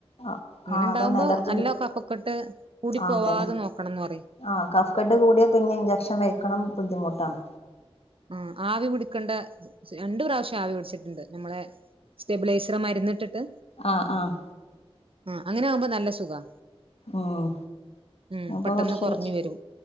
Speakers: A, on the left; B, on the right.
A: ആഹ്
B: അങ്ങനെ
A: ആഹ്
B: ഉണ്ടാവുമ്പോ
A: അതന്നെ അലർജിണ്ട്
B: നല്ല കഫക്കെട്ട് കൂടി
A: ആഹ്
B: പോവാതെ
A: അതന്നെ
B: നോക്കണംന്ന് പറയും.
A: ആഹ് കഫകയട്ട് കൂടിയ പിന്നെ ഇൻജ്ജക്ഷൻ വെക്കണം ബുദ്ധിമുട്ടാണ്.
B: ആഹ് ആവി പിടിക്കണ്ട് രണ്ടു പ്രാവശ്യം ആവി പിടിച്ചിട്ടുണ്ട് നമ്മളെ സ്റ്റെബിലൈസർ മരുന്നിട്ടിട്ട്
A: ആഹ് ആഹ്
B: ആഹ് അങ്ങനെ ആവുമ്പോ നല്ല സുഖവാ
A: ഉം
B: ഉം
A: അപ്പൊ
B: പെട്ടെന്ന്
A: കൊറച്ചൊരു
B: കുറഞ്ഞ് വരും.